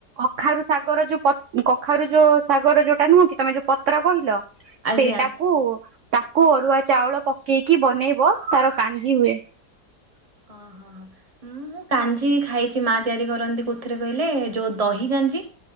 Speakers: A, on the right; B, on the right.
A: କଖାରୁ ଶାଗର ଯୋଉ ପ କଖାରୁ ଯୋଉ ସାଗର ଯୋଉଟା ନୁହଁ କି ତମେ ଯୋଉ ପତ୍ର କହିଲ
B: ଆଜ୍ଞା।
A: ସେଇଟାକୁ ତା କୁ ଅରୁଆ ଚାଉଳ ପକେଇକି ବନେଇବ ତାର କାଞ୍ଜି ହୁଏ।
B: ଓହୋ ହୋ ହ ମୁଁ କାଞ୍ଜି ଖାଇଛି ମା ତିଆରି କରନ୍ତି କଉଥିରେ କହିଲେ ଯୋଉ ଦହି କା ଞ୍ଜି